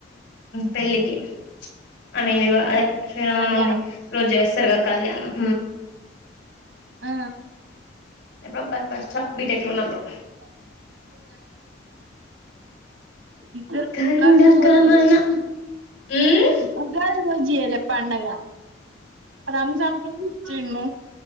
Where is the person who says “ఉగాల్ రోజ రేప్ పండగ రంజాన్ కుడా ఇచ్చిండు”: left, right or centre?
Right